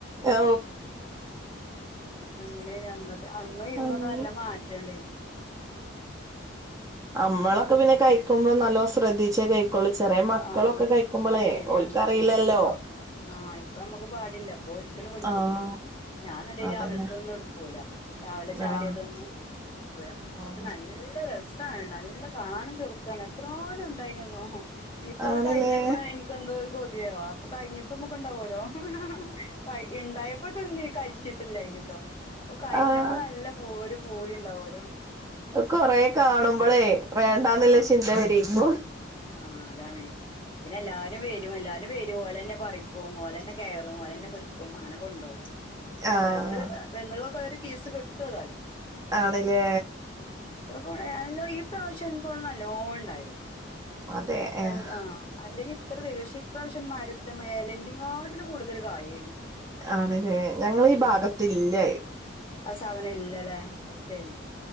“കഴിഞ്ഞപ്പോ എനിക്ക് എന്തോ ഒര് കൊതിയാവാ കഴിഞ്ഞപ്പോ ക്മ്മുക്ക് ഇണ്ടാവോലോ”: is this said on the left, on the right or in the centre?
Left